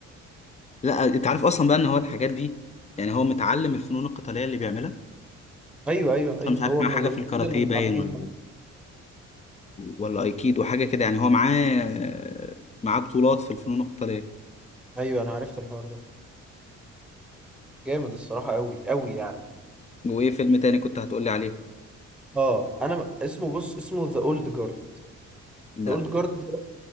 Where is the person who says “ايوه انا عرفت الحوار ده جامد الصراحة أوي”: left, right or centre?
Centre